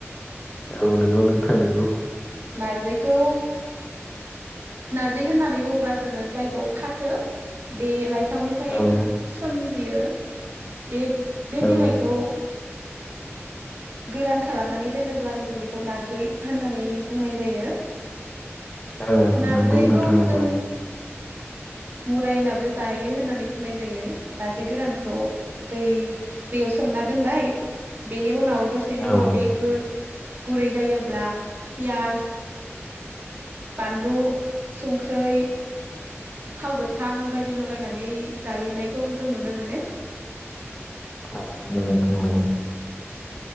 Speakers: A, on the left (about 25°); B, on the right (about 45°).
A: औ नंगौ नोंथां नंगौ।
B: नार्जिखौ नार्जि होननानै बुङोब्ला जोङो जायखौ फाथो बे लाइ बिफांनिफ्राय
A: औ
B: सोमजियो बे बे
A: औ
B: बिलाइखौ गोरान खालामनानै दोनोब्लानो जों बेखौ नारजै होननानै बुंनाय जायो।
A: औ
B: नारजिखौ
A: नंगौ नोंथां नंगौ।
B: जों मुरायनाबो जायो होननानै बुंनाय जायो। नारजि गोरानखौ दै दैयाव सोमना दोनबाय बेनि उनाव दसेनि
A: औ
B: उनाव बे गो गुरै जायोब्ला पियास बानलु संख्रै थाव गोथां बायदि लगायनानै जायो नायखौ जों नुनो मोनो।
A: ओं नंगौ नोंथां नंगौ